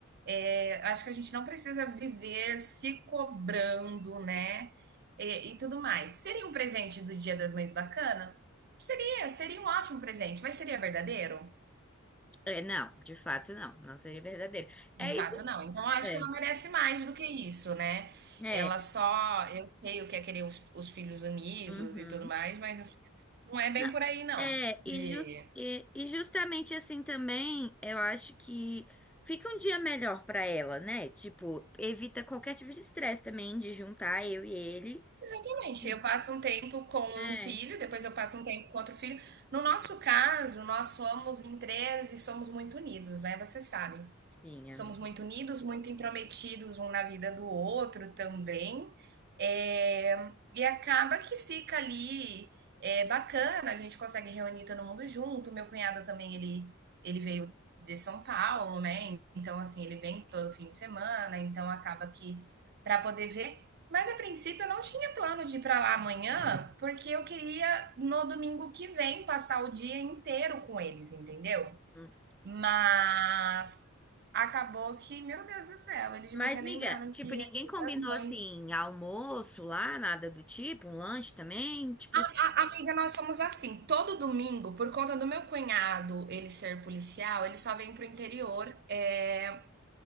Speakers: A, on the right (about 50°); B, in the centre.
A: É, acho que a gente não precisa viver se cobrando, né, e, e tudo mais. Seria um presente do Dia das Mães bacana? Seria, seria um ótimo presente, mas seria verdadeiro?
B: é, não, de fato não, não seria verdadeiro.
A: De
B: É
A: fato,
B: isso.
A: não. Então, eu acho
B: É.
A: que ela merece mais do que isso, né.
B: é.
A: Ela só eu sei o que é querer os os filhos unidos
B: Uhum.
A: e tudo mais, mas não é bem
B: Não.
A: por aí não,
B: É,
A: de
B: e, jus- e- e justamente assim também, eu acho que fica um dia melhor pra ela, né? Tipo, evita qualquer tipo de estresse também de juntar eu e ele.
A: exatamente,
B: E,
A: eu passo um tempo com
B: é,
A: um filho, depois eu passo um tempo com outro filho. No nosso caso, nós somos em 3 e somos muito unidos, né, você sabe.
B: sim,
A: Somos
B: amiga.
A: muito unidos, muito intrometidos um na vida do outro também. Eh, e acaba que fica ali, eh, bacana, a gente consegue reunir todo mundo junto. Meu cunhado também, ele, ele veio de São Paulo, né? Então, assim, ele vem todo fim de semana, então acaba que para poder ver. Mas a princípio eu não tinha plano de ir para lá amanhã, porque eu queria no domingo que vem passar o dia inteiro com eles, entendeu?
B: Hum.
A: Mas Acabou que, meu Deus do céu, eles
B: Mas,
A: me relembraram
B: amiga, tipo,
A: que
B: ninguém
A: é Dia
B: combinou
A: das Mães.
B: assim almoço lá, nada do tipo, um lanche também, tipo,
A: A amiga, nós somos assim, todo domingo, por conta do meu cunhado, ele ser policial, ele só vem pro interior, eh,